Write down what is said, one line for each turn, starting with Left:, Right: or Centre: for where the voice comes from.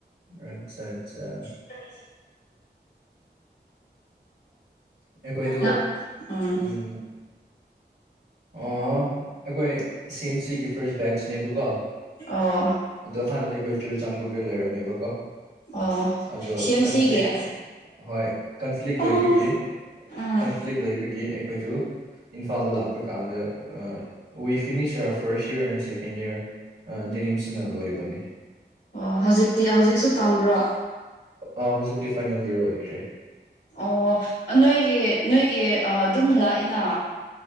Right: ꯑꯆꯥ ꯑꯆꯥ
Left: ꯐ
Right: ꯑꯩꯈꯣꯏꯗꯣ
Left: ꯅꯛ ꯎꯝ
Right: ꯎ ꯑꯣ ꯑꯩꯈꯣꯏ ꯁꯤ ꯑꯦꯝ ꯁꯤꯒꯤ ꯐꯔꯁ ꯕꯦꯠꯆꯅꯦꯕꯀꯣ
Left: ꯑꯣ
Right: ꯑꯗꯣ ꯍꯥꯟꯅꯗꯤ ꯑꯩꯈꯣꯏ ꯆꯨꯔꯆꯥꯟꯄꯨꯔꯗ ꯂꯩꯔꯝꯃꯦꯕꯀꯣ
Left: ꯑꯣ
Right: ꯑꯗꯣ
Left: ꯁꯤ ꯑꯦꯝ
Right: ꯀꯟꯐ꯭ꯂꯤꯛ
Left: ꯁꯤꯒꯤ
Right: ꯍꯣꯏ ꯀꯟꯐ꯭ꯂꯤꯛ
Left: ꯎꯝ
Right: ꯂꯩꯣꯏꯕꯒꯤ
Left: ꯑꯣ
Right: ꯀꯟꯐ꯭ꯂꯤꯛ ꯂꯩꯕꯒꯤ ꯑꯩꯈꯣꯏꯗꯨ ꯏꯝꯐꯥꯜꯗ ꯂꯥꯛꯄ ꯆꯠꯄ ꯀꯥꯟꯗ we finish our first year and second year ꯑ ꯖꯅꯤꯝꯁꯅ ꯂꯣꯣꯏꯕꯅꯤ
Left: ꯑꯣ ꯍꯧꯖꯤꯛꯇꯤ ꯍꯧꯖꯤꯛꯁꯨ ꯇꯝꯕ꯭ꯔꯣ
Right: ꯑꯥ ꯍꯧꯖꯤꯛꯇꯤ ꯐꯥꯏꯅꯦꯜ ꯌꯌꯔ ꯑꯣꯏꯈ꯭ꯔꯦ
Left: ꯑꯣ ꯅꯣꯏꯒꯤ ꯅꯣꯏꯒꯤ ꯑꯗꯨꯝ ꯂꯥꯛꯏꯅ